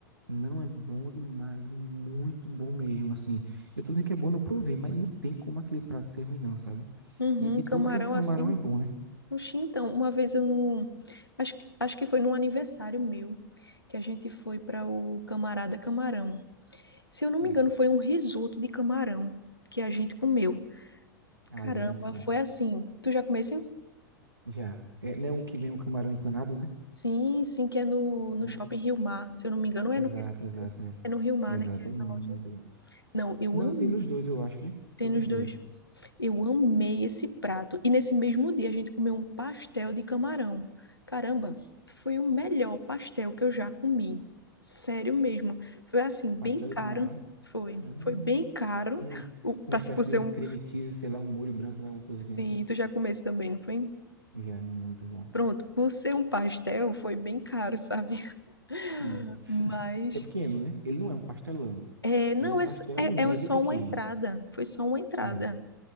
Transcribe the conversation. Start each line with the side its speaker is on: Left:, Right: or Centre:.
Right: Não é bom demais, muito bom mesmo, assim. Eu tô dizendo que é bom, não provei, mas não tem como aquele prato ser ruim não, sabe?
Left: Uhum,
Right: E, e
Left: camarão
Right: tudo que é com camarão
Left: assim.
Right: é bom, né?
Left: Oxi, então, uma vez eu não. Acho, que- acho que foi num aniversário meu que a gente foi para o Camarada Camarão. Se eu
Right: Sei.
Left: não me engano, foi um risoto de camarão que a gente comeu.
Right: Ali
Left: Caramba,
Right: é muito bom.
Left: foi assim. Tu já comeu assim?
Right: Já. É, não é um que vem um camarão empanado, né?
Left: Sim, sim, que é no, no
Right: Não.
Left: Shopping Rio Mar. Se eu não me engano, é
Right: Exato,
Left: no Recife.
Right: exato, é.
Left: É no Rio Mar,
Right: Exato,
Left: né? Que é essa
Right: é muito
Left: loja.
Right: bom.
Left: Não, eu
Right: Não,
Left: amei.
Right: tem nos dois, eu acho, viu?
Left: Tem
Right: Tem
Left: nos
Right: nos
Left: dois.
Right: dois.
Left: Eu amei esse prato. E nesse mesmo dia a gente comeu um pastel de camarão. Caramba, foi o melhor pastel que eu já comi. Sério mesmo. Foi assim, bem
Right: Pastel
Left: caro.
Right: de camarão.
Left: Foi.
Right: Hum,
Left: Foi bem caro.
Right: um-
Left: <laughs> O, pra-
Right: uma espécie
Left: por ser
Right: de um
Left: um.
Right: creme cheese, sei lá, um molho branco, né? Alguma coisa
Left: Sim,
Right: assim, né?
Left: tu já comeu esse também, não foi?
Right: Já é muito bom.
Left: Pronto, por ser um pastel, foi bem caro, sabe? <laughs>
Right: Hum.
Left: Mas.
Right: Porque é pequeno, né? Ele não é um pastelão.
Left: É, não,
Right: Ele é um pastel
Left: é, s- é,
Right: médio
Left: é só
Right: pequeno.
Left: uma entrada. Foi só uma entrada.
Right: É,